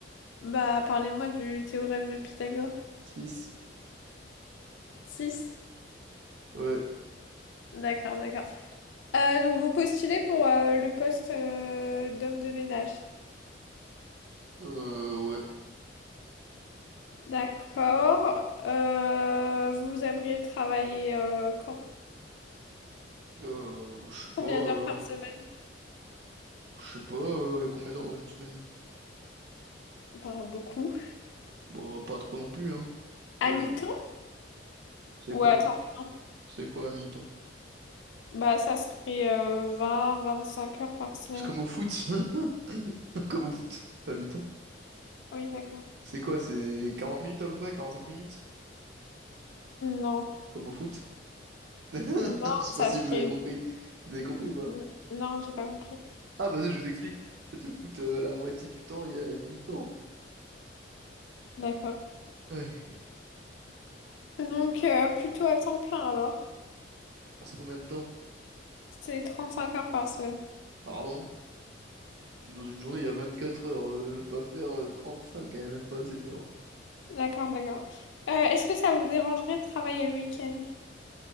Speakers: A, on the left; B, on the right.
A: Bah parlez-moi du théorème de Pythagore.
B: six
A: six
B: ouais,
A: D'accord, d'accord. Euh, donc vous postulez pour euh, le poste euh, d'homme de ménage.
B: euh, ouais,
A: D'accord. Euh, vous aimeriez travailler euh, quand?
B: euh, je sais pas,
A: Combien
B: euh,
A: d'heures par semaine?
B: je sais pas, euh, y a combien d'heures dans une semaine?
A: Bah beaucoup.
B: Bah, pas trop non plus, hein.
A: À
B: Ouais,
A: mi-temps
B: C'est
A: ou
B: quoi?
A: à temps plein?
B: C'est quoi à mi-temps?
A: Bah ça serait euh, 25 heures par semaine.
B: C'est comme au foot. <laughs> Comme au foot, à mi-temps.
A: Oui, d'accord.
B: C'est quoi? C'est 40 minutes à peu près? quarante-cinq minutes?
A: Non,
B: Comme au foot? <laughs> Je
A: non,
B: sais
A: ça
B: pas si
A: serait...
B: vous avez compris. Vous avez compris ou pas?
A: n- Non, j'ai pas compris.
B: Ah bah ça, je vous explique. Le foot, euh, la moitié du temps, il y a une mi-temps.
A: D'accord.
B: Ouais.
A: Donc, euh, plutôt à temps plein alors.
B: Ah, C'est combien de temps?
A: C'est 35 heures par semaine.
B: Pardon? Dans une journée, il y a 24 heures. euh, je vais pas faire euh, 35, hein, même pas assez d'heures.
A: D'accord, d'accord. Euh, est-ce que ça vous dérangerait de travailler le week-end?